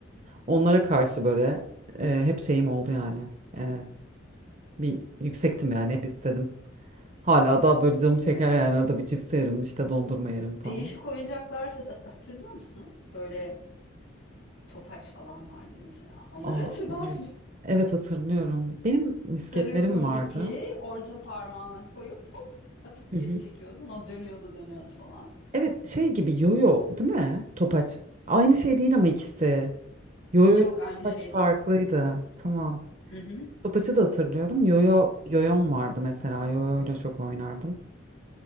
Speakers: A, on the right; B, on the left.
A: onlara karşı böyle e, hep şeyim oldu yani E, bir yüksektim yani hep istedim. Hala daha böyle canım çeker
B: Evet.
A: yani arada bir cips yerim işte dondurma yerim falan.
B: Değişik oyuncaklar hat- hatırlıyor musun? Böyle topaç falan vardı mesela. Onları
A: Aa
B: hatırlar
A: evet. Evet hatırlıyorum. Benim misketlerim
B: Sarıyordun
A: vardı.
B: ipi, orta parmağına koyup hop atıp
A: Hı
B: geri
A: hı.
B: çekiyordun. O dönüyordu dönüyordu falan.
A: Evet şey gibi yoyo değil mi? Topaç. Aynı şey değil ama ikisi. Yoyo
B: Yok
A: ile
B: aynı
A: topaç
B: şey
A: farklıydı.
B: değil.
A: Tamam.
B: Hı hı.
A: Topaçı da hatırlıyorum. Yoyo yoyom vardı mesela. Yoyo ile çok oynardım.